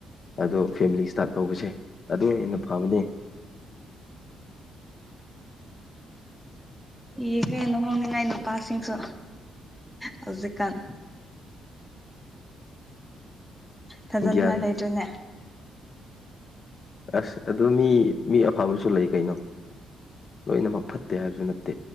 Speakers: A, on the left (about 40°); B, in the centre.
A: ꯑꯗꯣ ꯐꯦꯃꯤꯂꯤ ꯏꯁꯇꯥꯔꯠ ꯇꯧꯕꯁꯦ ꯑꯗꯨ ꯍꯦꯟꯅ ꯐꯕꯅꯦ
B: ꯌꯦꯒ ꯅ ꯍꯣꯡꯅꯤꯡꯉꯥꯏ ꯅꯨꯄꯥꯁꯤꯡꯁꯨ ꯍꯧꯖꯤꯀꯥꯟ ꯊꯥꯖꯅꯤꯡꯉꯥꯏ
A: ꯒ꯭ꯌꯥꯟ
B: ꯂꯩꯇꯣꯏꯅꯦ
A: ꯑꯁ ꯑꯗꯨ ꯃꯤ ꯃꯤ ꯑꯐꯕꯁꯨ ꯂꯩ ꯀꯩꯅꯣ ꯂꯣꯏꯅꯃꯛ ꯐꯠꯇꯦ ꯍꯥꯏꯕꯁꯨ ꯅꯠꯇꯦ